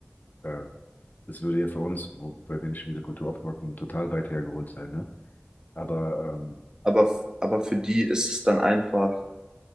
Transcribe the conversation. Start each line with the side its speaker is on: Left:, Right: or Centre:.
Left: Äh, das würde ja für uns, wo, bei denen ich in dieser Kultur aufgewachsen bin, total weit hergeholt sein, ne? Aber ähm,
Right: Aber, f- aber für die ist es dann einfach